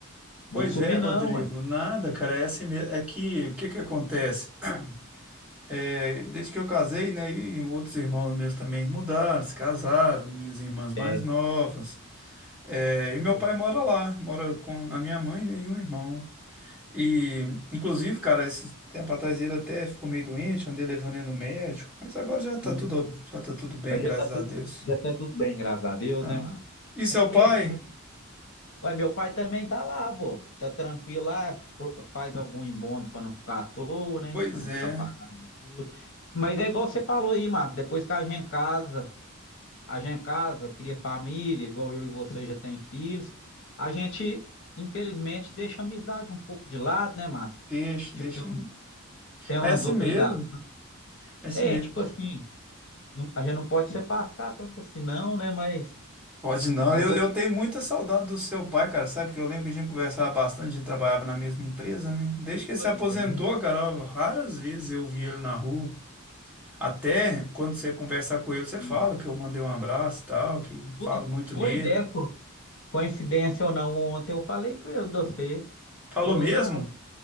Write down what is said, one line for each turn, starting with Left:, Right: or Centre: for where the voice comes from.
Centre: pois
Left: vão sumir
Centre: é, Rodrigo.
Left: não, ué.
Centre: Nada, cara, é assim mesmo. É que, o que que acontece? <clears throat> É, desde que eu casei, né? E outros irmãos meus também mudaram, se casaram, minhas irmãs mais
Left: É.
Centre: novas. É, e meu
Left: Pois
Centre: pai mora
Left: é.
Centre: lá, mora com a minha mãe, né, e um irmão. E, inclusive, cara, esse tempo atrás ele até ficou meio doente, andei levando ele no médico, mas agora já tá
Left: Hum.
Centre: tudo, já tá tudo bem,
Left: Mas
Centre: graças
Left: já tá tudo,
Centre: a Deus.
Left: já tá tudo bem, graças a Deus,
Centre: Tá?
Left: né, mano?
Centre: E seu
Left: É porque
Centre: pai?
Left: assim, ué, meu pai também tá lá, pô, tá tranquilo lá, pro- faz algum embondo pra não ficar à toa, né,
Centre: Pois
Left: Pra não
Centre: é,
Left: ficar parado de tudo. Mas é igual você falou aí, Márcio, depois que a gente casa, a gente casa, cria família, igual eu e você já tem filhos, a gente, infelizmente, deixa a amizade um pouco de lado, né, Márcio?
Centre: deixa,
Left: Tipo,
Centre: deixa.
Left: tem um Tem
Centre: Mas
Left: umas
Centre: é assim
Left: obrigações.
Centre: mesmo, é assim
Left: É,
Centre: mesmo.
Left: tipo assim, não- a gente não pode se afastar tanto assim, não, né? Mas
Centre: Pode não,
Left: as
Centre: eu, eu tenho muita saudade do seu pai, cara, sabe? Porque eu lembro que a gente conversava bastante, a gente trabalhava na mesma empresa, né? Desde que ele se
Left: obrigações,
Centre: aposentou,
Left: né?
Centre: cara, ó, raras vezes eu vi ele na rua. Até quando você conversar com ele, você fala
Left: Hum.
Centre: que eu mandei um abraço e tal, que
Left: Pois,
Centre: falo muito
Left: pois
Centre: nele.
Left: é, pô. Coincidência ou não, ontem eu falei com ele, você.
Centre: Falou
Left: Falou,
Centre: mesmo?
Left: assim, ah, Rodrigo,